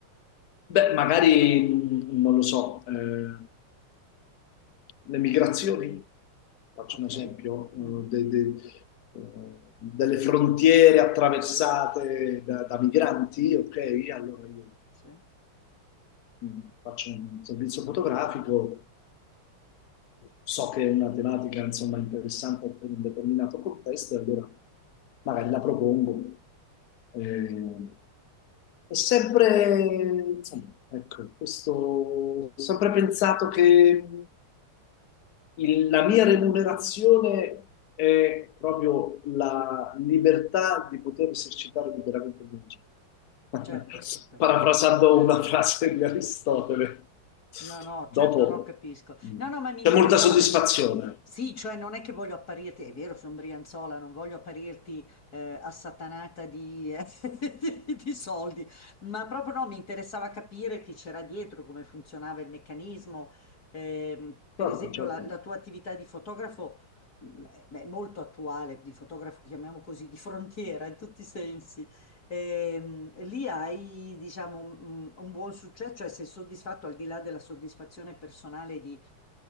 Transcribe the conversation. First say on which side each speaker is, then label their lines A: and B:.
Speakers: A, on the left; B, on the left.
A: Beh, magari mh, non lo so. eh, le migrazioni, faccio
B: Ok?
A: un esempio,
B: Mhm,
A: eh, de- de- eh, delle frontiere attraversate da, da migranti, ok? Allora io
B: Sì,
A: mh, faccio un servizio fotografico, so che è una tematica insomma interessante per un determinato contesto, e allora magari la propongo. Eh, è sempre, insomma, ecco, questo, ho sempre pensato che il- la mia remunerazione è proprio la libertà di poter esercitare liberamente il mio genio. <laughs>
B: certo, assolutamente.
A: Parafrasando
B: Certo.
A: una frase di Aristotele.
B: No, no,
A: Dopo
B: certo, no, capisco.
A: mh,
B: No, no, ma mi interessava
A: c'è molta soddisfazione.
B: capito. Sì, cioè non è che voglio apparirti, è vero, sono Brianzola, non voglio apparirti eh, assatanata di, <laughs> di- di soldi, ma proprio no, mi interessava capire chi c'era dietro, come funzionava il meccanismo. Ehm, per
A: Certo,
B: esempio,
A: certo.
B: la, la tua attività di fotografo mh, è è molto attuale, di fotografo, chiamiamo così, di frontiera in tutti i sensi. Ehm, E, lì hai, diciamo, un, un buon successo, cioè sei soddisfatto al di là della soddisfazione personale di,